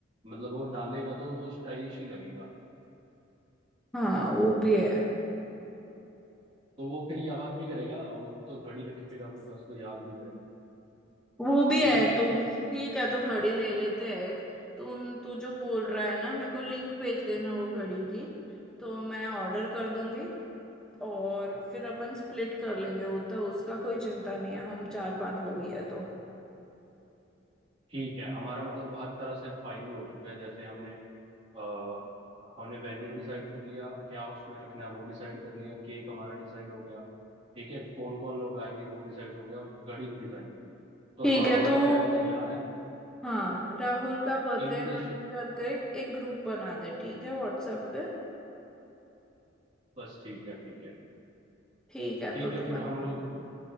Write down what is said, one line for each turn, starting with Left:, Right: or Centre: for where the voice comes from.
Right: मतलब वो डालेगा तो वो स्टाइलिश ही लगेगा
Centre: हाँ वो भी है
Right: तो वो फिर याद भी करेगा और तो घड़ी रखेगा अपने पास तो याद भी करेगा
Centre: वो भी
Right: ठीक
Centre: है
Right: है
Centre: तो ठीक है तो घड़ी ले लेते हैं एक तू तू जो बोल रहा है ना मेरे को लिंक भेज देना वो घड़ी की तो मैं ऑर्डर कर दूंगी और फिर अपन स्प्लिट कर लेंगे वो तो उसका कोई चिंता नहीं है हम चार पांच लोग ही है तो
Right: ठीक है हमारा मतलब हर तरह से अब फाइनल हो चुका है जैसे हमने आ, हमने वेन्यू डिसाइड कर लिया क्या उसमें रखना है वो डिसाइड कर लिया केक हमारा डिसाइड हो गया ठीक है कौन कौन लोग आएंगे वो डिसाइड हो गया घड़ी भी डिसाइड होगी तो
Centre: ठीक
Right: हाँ
Centre: है
Right: हमारा
Centre: तो
Right: प्लान तैयार है
Centre: हाँ राहुल का बर्थडे
Right: इनविटेशन
Centre: नाम करके एक ग्रुप बना दे ठीक है व्हाट्सएप पे
Right: बस ठीक है ठीक है
Centre: ठीक है
Right: ठीक
Centre: तो
Right: है
Centre: तू
Right: फिर
Centre: बना
Right: हम लोग